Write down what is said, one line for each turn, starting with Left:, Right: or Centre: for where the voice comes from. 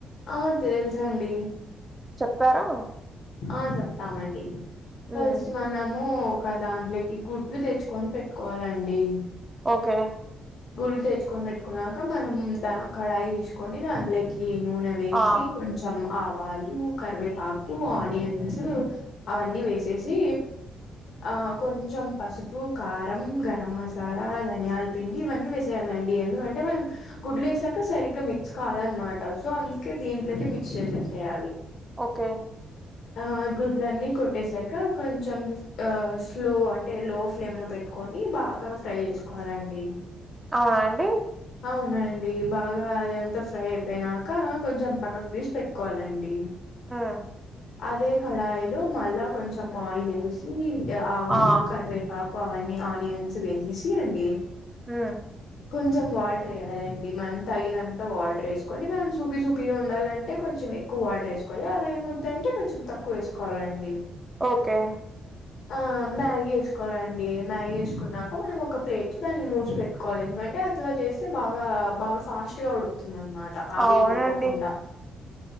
Left: ఆ తెలుసండి,
Right: చెప్తారా
Left: ఆ చెప్తామండి ఫస్ట్
Right: ఉమ్
Left: మనము ఒక దాంట్లోకి గుడ్లు తెచ్చుకొని పెట్టుకోవాలండి,
Right: ఓకే
Left: గుడ్లలు తెచ్చుకొని పెట్టుకున్నాక మనం కడాయి తీసుకొని దాంట్లోకి ఎగ్ ఈ నూనె వేసి
Right: ఆ
Left: కొంచెం ఆవాలు కరివేపాకు ఆనియన్స్ అవన్నీ వేసేసి, ఆ కొంచెం పసుపు కారం, గరం మసాలా, ధనియాల పిండి, ఇవన్నీ వేసేయాలండి ఎందుకంటే మనం గుడ్లు వేసాక సరిగ్గా మిక్స్ కావాలనమాట సో అందుకే దీ దీంట్లకి మిక్స్ చేసే చేయాలి,
Right: ఓకే
Left: ఆ గుడ్లన్నీ కొట్టేసాక కొంచెం ఆ స్లో అంటే స్లో ఫ్లేమ్ లో పెట్టు, కొని బాగా ఫ్రై చేసుకోవాలండి,
Right: ఆ అండి
Left: అవునండి బాగా అది అంతా ఫ్రై అయిపోయినాక కొంచెం పక్కకు తీసి పెట్టుకోవాలండి,
Right: ఉమ్
Left: అదే కడాయిలో మళ్ళా కొంచెం ఆయిల్ వేసి ఆవాలు
Right: ఆ
Left: కరివేపాకు, వన్నీ ఆనియన్స్ వేసే చేయండి,
Right: హ
Left: కొంచెం వాటర్ వేయాలండి మనం తగినంత వాటర్ వేసుకొని మనం సూపి సూపిగా ఉండాలంటే కొంచెం ఎక్కువ తక్కు వాటర్ వేసుకోవాలి అలా ఏమ వద్ద అంటే కొంచం తక్కువ వేసుకోవాలండి
Right: ఓకే
Left: ఆ మ్యాగీ వేసుకోలండి మ్యాగీ వేసుకున్నాక మనం ఒక ప్లేట్ దాన్ని మూసి పెట్టుకోవాలి ఎందుకంటే అట్లా చేస్తే బాగా బాగా ఫాస్ట్ గా ఉడుకుతుంది అనమాట ఆవిరి
Right: అవునండి
Left: బొక్కకుండా